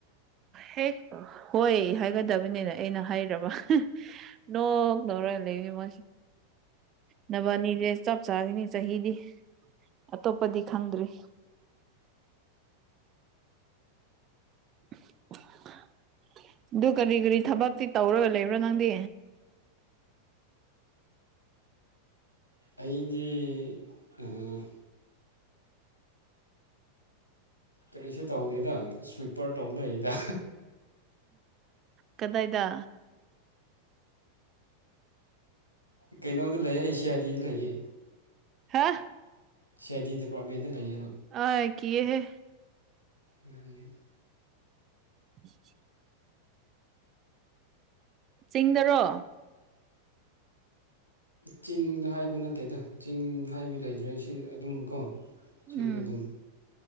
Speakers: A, on the right; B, on the left.
A: ꯍꯦꯛ ꯍꯣꯏ ꯍꯥꯏꯒꯗꯕꯅꯤꯅ ꯑꯩꯅ ꯍꯥꯏꯔꯕ ꯅ‌ꯣꯛ ꯅ‌ꯣꯛꯔꯒ ꯂꯩꯕꯅ‌ꯦ ꯃꯁꯨ ꯅꯕꯥꯅꯤꯖ‌ꯦ ꯆꯞ ꯆꯥꯒꯅꯤ ꯆꯍꯤꯗꯤ ꯑꯇꯣꯞꯄꯗꯤ ꯈꯪꯗ꯭ꯔꯤ <inaudible> <unintelligible> ꯑꯗꯨ ꯀꯔꯤ ꯀꯔꯤ ꯊꯕꯛꯇꯤ ꯇꯧꯔꯒ ꯂꯩꯕ꯭ꯔꯣ ꯅꯪꯗꯤ
B: ꯑꯩꯗꯤ ꯎꯝ ꯀꯔꯤꯁꯨ ꯇꯧꯗꯦꯗ ꯁ꯭ꯋꯤꯞꯄꯔ ꯇꯧ ꯂꯩꯗ
A: ꯀꯗꯥꯏꯗ
B: ꯀꯩꯅꯣꯗ ꯂꯩꯌꯦ ꯑꯩ ꯁꯤ ꯑꯥꯏꯗꯤꯗ ꯂꯩꯌꯦ
A: ꯍꯥꯥ
B: ꯁꯤ ꯑꯥꯏ ꯗꯤ ꯗꯤꯄꯥꯔꯠꯃꯦꯟꯗ ꯂꯩꯌ‌ꯦꯕ
A: ꯑ ꯀꯤꯌꯦꯍꯦ
B: ꯌꯥ <unintelligible>
A: <unintelligible> ꯆꯤꯡꯗꯔꯣ
B: ꯆꯤꯡꯗ ꯍꯥꯏꯕ ꯅꯠꯇꯦꯗ ꯆꯤꯡꯗ ꯍꯥꯏꯕ ꯂꯩꯗ꯭ꯔꯦ ꯁꯤ ꯑꯗꯨꯝ ꯀꯣ ꯁꯤꯗ
A: ꯎꯝ
B: ꯑꯗꯨꯝ